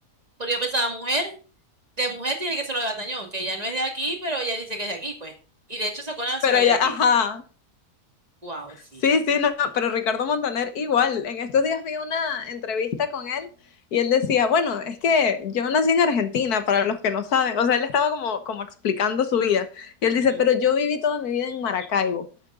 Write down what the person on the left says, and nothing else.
pero ella,
ajá,
Sí, sí, no, pero Ricardo Montaner igual. En estos días vi una entrevista con él y él decía, bueno, es que yo nací en Argentina, para los que no saben. O sea, él estaba como, como explicando su vida. Y él
dice, pero yo viví toda mi vida en Maracaibo.